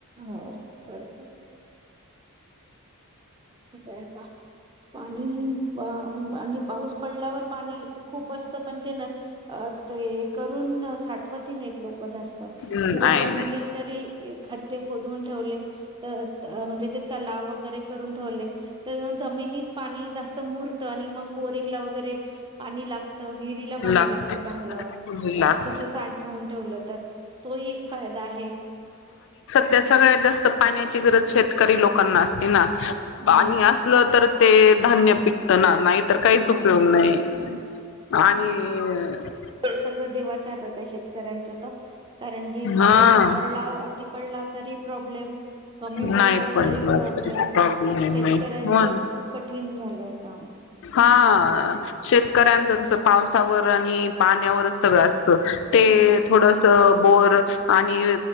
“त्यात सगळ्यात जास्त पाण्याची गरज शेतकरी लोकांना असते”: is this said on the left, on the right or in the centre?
Left